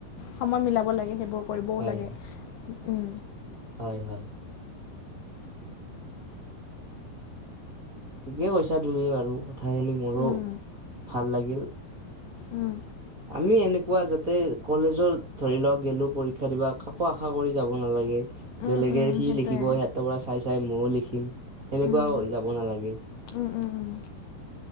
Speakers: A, on the left (about 75°); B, on the right (about 30°).
A: সময় মিলাব লাগে। সেইবোৰ কৰিবও
B: হয়
A: লাগে। উম
B: হয় হয়। ঠিকে কৈছা তুমি বাৰু কথাখিনি মোৰো,
A: উম
B: ভাল লাগিল।
A: উম।
B: আমি এনেকুৱা যাতে কলেজৰ ধৰিলোৱা গেলো পৰীক্ষা দিবা একো আশা কৰি যাব নালাগে।
A: উম
B: বেলেগে
A: উম
B: সি
A: সেইটোৱে
B: লিখিব সিহঁতৰ পৰা চাই-চাই মইও লিখিম। সেনেকুৱাও
A: উম
B: হৈ যাব নালাগে।
A: উম উম উম।